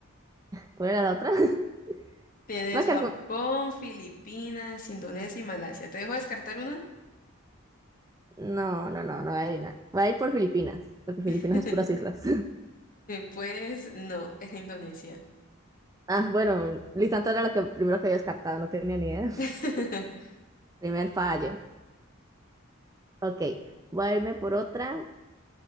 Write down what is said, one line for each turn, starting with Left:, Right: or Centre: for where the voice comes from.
Right: ¿Cuál era la otra? <laughs>
Left: Tienes
Right: Voy a quedar
Left: Japón,
Right: con-
Left: Filipinas, Indonesia y Malasia. ¿Te dejo descartar una?
Right: No, no, no, no voy a adivinar. Voy a ir por Filipinas, porque Filipinas
Left: <laughs>
Right: es puras islas.
Left: Pues no, era Indonesia.
Right: Ah, bueno, Lisandro era la que primero que había descartado, no tenía ni idea. <laughs>
Left: <laughs>
Right: Primer fallo. Ok, voy a irme por otra.